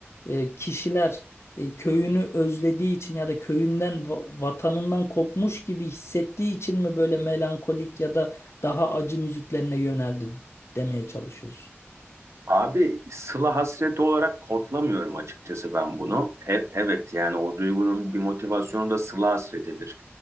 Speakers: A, on the left; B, on the right.
A: e, kişiler e, köyünü özlediği için ya da köyünden, va- vatanından kopmuş gibi hissettiği için mi böyle melankolik ya da daha acı müziklerine yöneldi demeye çalışıyorsun?
B: Abi sıla hasreti olarak kodlamıyorum açıkçası ben bunu. E- evet yani o duygunun bir motivasyonu da sıla hasretidir.